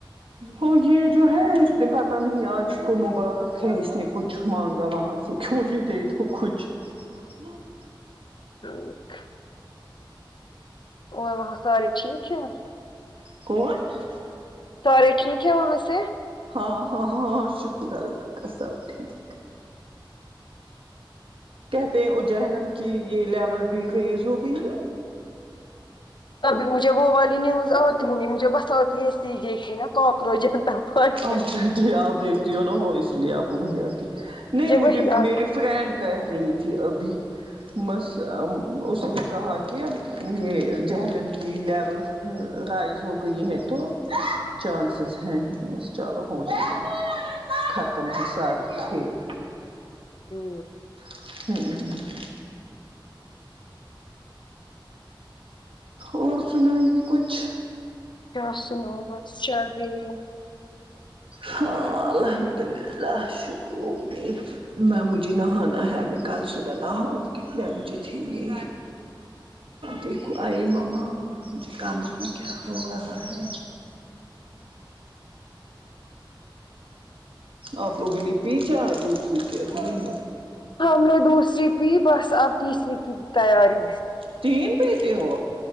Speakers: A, on the right; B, on the left.
A: وہ یہ جو ہے اس پت نہیں آج اس کو مبار ہے اس نے کچھ مانگا وہاں سے کیوں یہ دے دو کچھ ہوں
B: اوک ااں ساراری ٹھیک ہے
A: <unintelligible>
B: تورے ٹھیک ہے وہاں سے
A: ہاں ہاں ہاں ہاں شکر اللہ کا سب ٹھیک کہتے ہیں اجہلم کی یہ لیول بھی ریز ہو گئی ہے
B: تبھی مجھے وہ والی نیوز آتی نہیں مجھے بس آتی ہے سیھے کی نا کاکروچ جنتا پارٹی
A: اچھا جی آپ جی ہو نا وہ اس لیے آپ کو وہی آتی نہیں مجھے
B: وہی آنا
A: میرے فرینڈ کہہ رہی تھی ابھی بس اس نے کہا کہ یہ جہلم کی لیول رائز ہو گئی ہے تو چانس ہ بس چلو ہونے گ ختم ہی سارا کھیل
B: <unintelligible>
A: <inaudible> اور سنائی کچھ
B: کیا سناؤ بس چل رہی ہے
A: ہاں الحمد للہ شکر امید میں مجھے نہانا ہے میں کل صبح نہاؤں گی میں مجھے تٹھی ہی دیکھو آئی ماما مجھے کام آ میں کیا ہو رہا ہے آپ لوگ لپی چائے دوسری کےب نہیں
B: ہم نے دوسری پی بس اب تیسری کی تیاری
A: تین پتے ہو